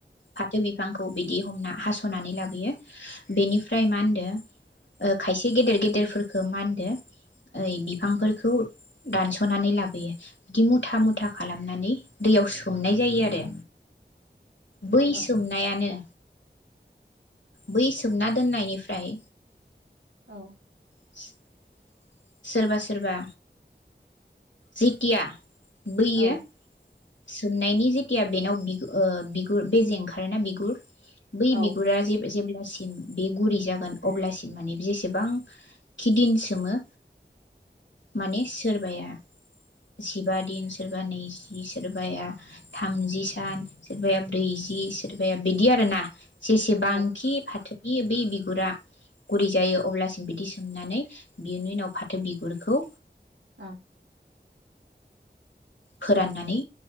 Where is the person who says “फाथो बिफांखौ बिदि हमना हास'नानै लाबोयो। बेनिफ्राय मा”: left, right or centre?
Left